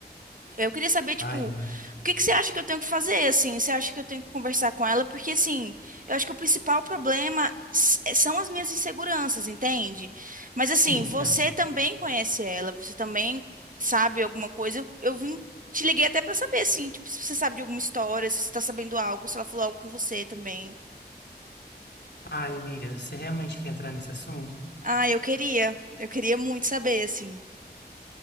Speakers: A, on the right; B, on the left.
A: Eu queria saber, tipo,
B: Ai, amiga.
A: o que que você acha que eu tenho que fazer, assim? Você acha que eu tenho que conversar com ela? Porque, assim, eu acho que o principal problema s- é- são as minhas inseguranças, entende? Mas, assim,
B: Sim,
A: você
B: entendo.
A: também conhece ela, você também sabe alguma coisa. Eu, eu vim, te liguei até pra saber, assim, tipo, se você sabe de alguma história, se você tá sabendo algo, se ela falou algo com você também.
B: Ai, amiga, você realmente quer entrar nesse assunto?
A: Ah, eu queria, eu queria muito saber, assim.